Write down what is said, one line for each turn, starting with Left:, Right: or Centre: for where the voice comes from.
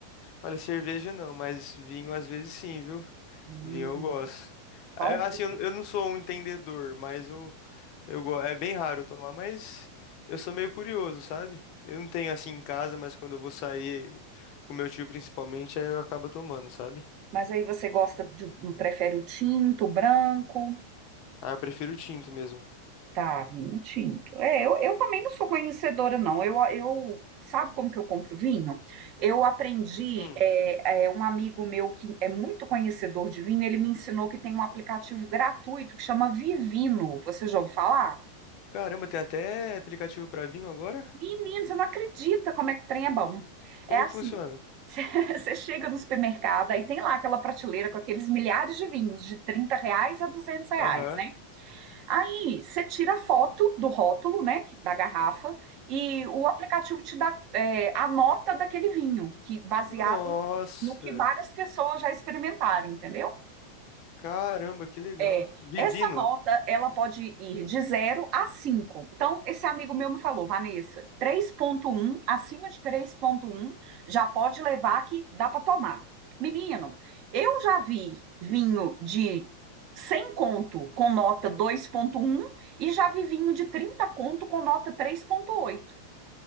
Left: Olha, cerveja não, mas vinho às vezes sim, viu?
Right: Hum,
Left: Vinho eu gosto.
Right: qual
Left: É, Assim,
Right: deles?
Left: eu eu não sou um entendedor, mas eu, eu gosto. é bem raro eu tomar, mas eu sou meio curioso, sabe? Eu não tenho assim em casa, mas quando eu vou sair com meu tio principalmente, aí eu acabo tomando, sabe?
Right: Mas aí você gosta de, prefere o tinto, o branco?
Left: Ah, eu prefiro tinto mesmo.
Right: Tá, vinho É, eu, eu também não sou conhecedora, não. Eu, eu, sabe como que eu compro vinho? Eu aprendi,
Left: Hum.
Right: é, é, um amigo meu que é muito conhecedor de vinho, ele me ensinou que tem um aplicativo gratuito que chama Vivino. Você já ouviu falar?
Left: Caramba, tem até aplicativo pra vinho agora?
Right: Menino, você não acredita como é que o trem é bom.
Left: Como
Right: É assim,
Left: que funciona?
Right: <laughs> você chega no supermercado, aí tem lá aquela prateleira com aqueles milhares de vinhos, de 30 reais a duzentos reais,
Left: Aham.
Right: né? Aí você tira a foto do rótulo, né, da garrafa, e o aplicativo te dá é, a nota daquele vinho, que baseado
Left: Nossa.
Right: no que várias pessoas já experimentaram, entendeu?
Left: Caramba, que legal.
Right: É,
Left: Vivino.
Right: essa nota, ela pode ir de zero a 5. Então, esse amigo meu me falou, Vanessa, três ponto um acima de três ponto um já pode levar que dá para tomar. Menino, eu já vi vinho de 100 conto com nota dois ponto um e já vi vinho de 30 conto com nota três ponto oito.